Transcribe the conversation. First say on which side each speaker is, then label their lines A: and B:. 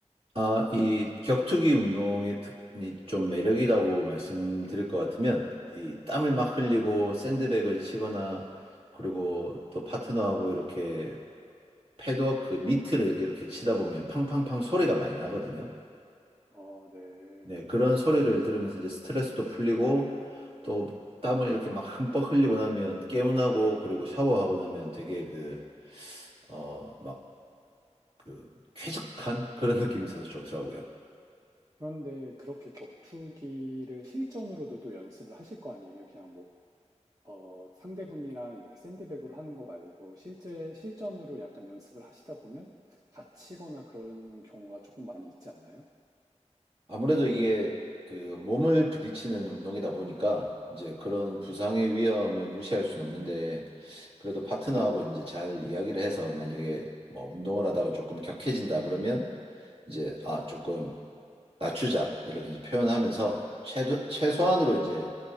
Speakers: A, on the right; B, on the right.
A: 아, 이 격투기 운동의 특, 이 좀 매력이라고 말씀드릴 것 같으면, 이 땀을 막 흘리고 샌드백을 치거나, 그리고 또 파트너하고 이렇게 패드워크 그 미트를 이렇게 치다 보면 팡팡팡 소리가 많이 나거든요.
B: 어, 네.
A: 네, 그런 소리를 들으면서 이제 스트레스도 풀리고, 또 땀을 이렇게 막 흠뻑 흘리고 나면 개운하고, 그리고 샤워하고 나면 되게 그, 어, 막 그 쾌적한 그런 느낌이 있어서 좋더라고요.
B: 그런데 그렇게 격투기를 실전으로도 또 연습을 하실 거 아니에요? 그냥 뭐, 어, 상대분이랑 이렇게 샌드백으로 하는 거 말고 실제 실전으로 약간 연습을 하시다 보면 다치거나 그런 경우가 조금 많이 있지 않나요?
A: 아무래도 이게 그 몸을 부딪히는 운동이다 보니까 이제 그런 부상의 위험을 무시할 수는 없는데 그래도 파트너하고 이제 잘 이야기를 해서 만약에 뭐 운동을 하다가 조금 격해진다 그러면 이제 아 조금 낮추자 이렇게 이제 표현하면서 최도, 최소한으로 이제